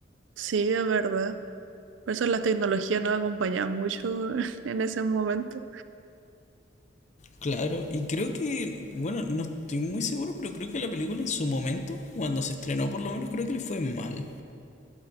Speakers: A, on the right (about 80°); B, on the left (about 40°).
A: sí, es verdad. Por eso las tecnologías no acompañaban mucho <laughs> en ese momento.
B: claro. Y creo que, bueno, no estoy muy seguro, pero creo que la película en su momento, cuando se estrenó por lo menos, creo que le fue mal.